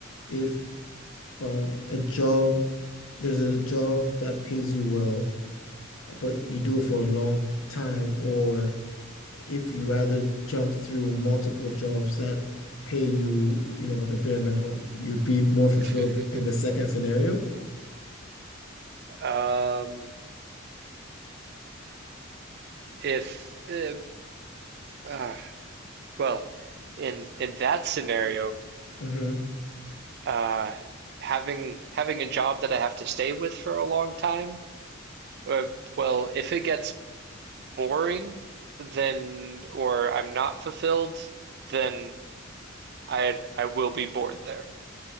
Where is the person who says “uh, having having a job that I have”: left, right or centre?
Right